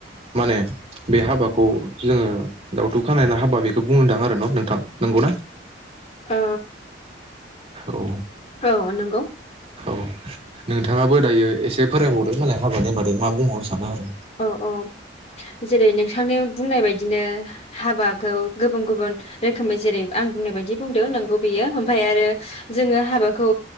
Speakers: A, on the right; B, on the left.
A: माने बे हाबाखौ जोंङो दावथु खानायना हाबा बेखौ बुङोदां आरो न नोंथां नंगौना
B: औ
A: औ
B: औ नंगौ
A: औ नोंथांङाबो दायो एसे <unintelligible> मालाय हाबानि बादै मा बुंबावनो सानो आरो
B: औ औ जेरै नोंथांनि बुंनाय बायदिनो हाबाखौ गुबुन गुबुन रोखोमै जेरै आं बुंनाय बादि बुंदों नंगौ बेयो ओमफ्राय आरो जोंङो हाबाखौ